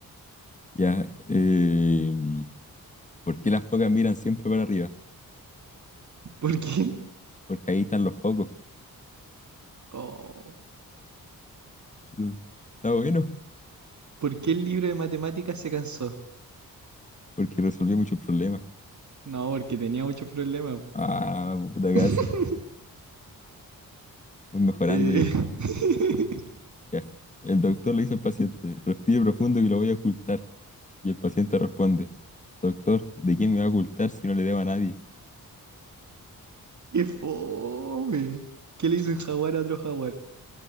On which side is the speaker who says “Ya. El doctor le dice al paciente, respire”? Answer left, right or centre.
Left